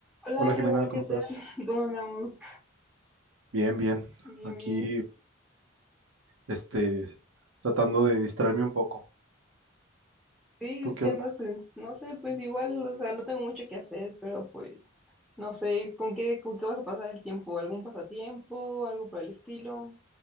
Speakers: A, in the centre; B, on the right.
A: Hola
B: Hola Jimena,
A: Raúl,
B: ¿cómo
A: ¿qué tal?
B: estás?
A: <laughs> ¿Cómo andamos?
B: Bien, bien.
A: Bien,
B: Aquí,
A: bien.
B: este, tratando de distraerme un poco.
A: Sí,
B: ¿Tú qué
A: ¿qué
B: onda?
A: andas en- No sé, pues igual, o sea, no tengo mucho que hacer, pero pues, no sé, ¿con qué, con qué vas a pasar el tiempo? ¿Algún pasatiempo? ¿Algo por el estilo?